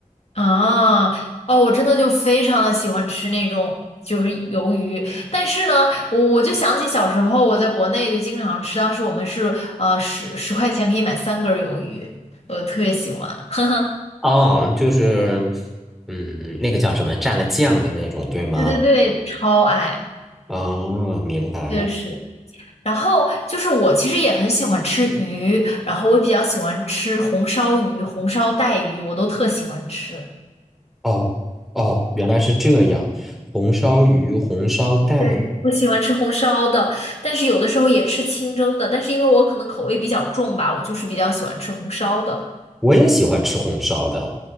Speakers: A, on the left; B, in the centre.
A: 啊，哦，我真的就非常的喜欢吃那种就是鱿鱼，但是呢，我我就想起小时候我在国内就经常吃，当时我们是呃十十块钱可以买三根儿鱿鱼，我特别喜欢。<laughs>
B: 哦，就是嗯，那个叫什么蘸了酱的那种，对吗？
A: 对对对，超爱，
B: 哦，明白了。
A: 确实。然后就是我其实也很喜欢吃鱼，然后我比较喜欢吃红烧鱼、红烧带鱼，我都特喜欢吃。
B: 哦哦，原来是这样。红烧鱼、红烧带，
A: 对，我喜欢吃红烧的，但是有的时候也吃清蒸的，但是因为我可能口味比较重吧，我就是比较喜欢吃红烧的。
B: 我也喜欢吃红烧的。